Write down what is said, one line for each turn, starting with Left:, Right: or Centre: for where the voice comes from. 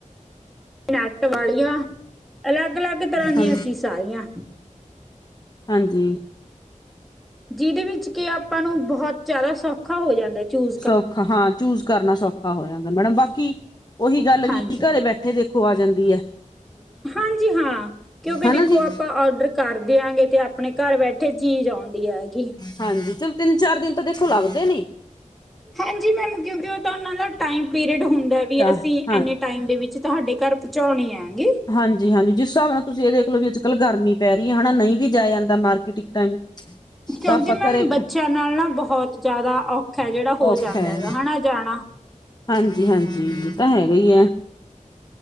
Centre: ਨੈਟ ਵਾਲੀਆਂ ਅਲੱਗ, ਅਲੱਗ ਤਰ੍ਹਾਂ
Left: ਹਾਂ
Centre: ਦੀਆਂ ਸੀ ਸਾਰੀਆਂ
Left: ਹਾਂਜੀ
Centre: ਜਿਦੇ ਵਿੱਚ ਕਿ ਆਪਾਂ ਨੂੰ ਬਹੋਤ ਜ਼ਆਦਾ ਸੌਖ ਖਾ ਹੋ ਜਾਂਦਾ ਏ ਚੂਬ
Left: ਸੌਖਾ ਹਾਂ ਚੂਜ ਕਰਨਾ ਸੌਖਾ ਹੋ ਜਾਂਦਾ ਮੈਡਮ ਬਾਕੀ ਉਹੀ ਗੱਲ
Centre: ਹਾਂਜੀ
Left: ਵੀ ਘਰੇ ਬੈਠੇ ਥੇ ਦੇਖੋ ਆ ਜਾਂਦੀ ਏ
Centre: ਹਾਂਜੀ ਹਾਂ ਕਿਉਂਕਿ
Left: ਹਨਾ
Centre: ਦੇਖੋ
Left: ਜੀ
Centre: ਆਪਾਂ ਔਡਰ ਕਰਦੇਆਂਗੇ ਤੇ ਆਪਣੇ ਘਰ ਬੈਠੇ ਚੀਜ਼ ਆਉਂਦੀ ਹੈਗੀ
Left: ਹਾਂਜੀ ਚਲੋ ਤਿੰਨ ਚਾਰ ਦਿਨ ਤਾਂ ਦੇਖੋ ਲੱਗਦੇ ਨੀ
Centre: ਹਾਂਜੀ ਮੈਮ ਕਿਉਂਕਿ ਉਹ ਤਾਂ ਉਹਨਾਂ ਦਾ ਟਾਈਮ ਪੀਰੀਅਡ ਹੁੰਦਾ ਵੀ
Left: ਤਾਂ
Centre: ਅਸੀਂ
Left: ਹਾਂ
Centre: ਏੰਨੇ ਟਾਈਮ ਦੇ ਵਿੱਚ ਤੁਹਾਡੇ ਘਰ ਪਹੁੰਚਾਉਣੀ ਹੇਂਗੀ
Left: ਹਾਂਜੀ, ਹਾਂਜੀ ਜਿਸ ਹਿਸਾਬ ਨਾਲ ਤੁਸੀਂ ਏ ਦੇਖ ਲਓ ਵੀ ਅੱਜ ਕੱਲ੍ਹ ਗਰਮੀ ਪੈ ਰਈ ਹੈਨਾ ਨਈ ਵੀ ਜਾਯਾ ਜਾਂਦਾ ਮਾਰਕੀਟ ਟਾਈਮ
Centre: ਕਿਉਂਕਿ
Left: ਤਾਂ ਆਪਾਂ
Centre: ਮੈਮ
Left: ਘਰੇ
Centre: ਬੱਚਿਆਂ ਨਾਲ ਨਾ ਬਹੁਤ ਜ਼ਿਆਦਾ ਔਖਾ ਹੈ ਜਿਹੜਾ ਹੋ
Left: ਔਖਾ
Centre: ਜਾਂਦਾ
Left: ਹੈ
Centre: ਹੈਗਾ ਹੈੜਾ ਜਾਣਾ
Left: ਹਾਂਜੀ, ਹਾਂਜੀ ਤਾਂ ਹੈਗਾ ਈਏ